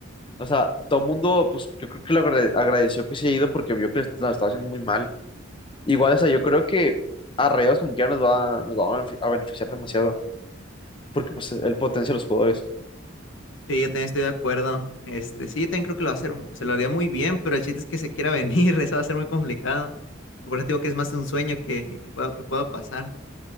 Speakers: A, on the left; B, on the left.
A: o sea, todo el mundo, pues yo creo que lo agrade- agradeció que se haya ido porque vio que lo estaba haciendo muy mal. Igual, o sea, yo creo que a Rayados como que ya nos va, nos va a benef- a beneficiar demasiado porque pues él potencia a los jugadores.
B: Sí, yo también estoy de acuerdo. Este, sí, yo también creo que lo va a hacer, se lo haría muy bien, pero el chiste es que se quiera venir, <laughs> eso va a ser muy complicado. Por eso digo que es más un sueño que, que pueda, que pueda pasar.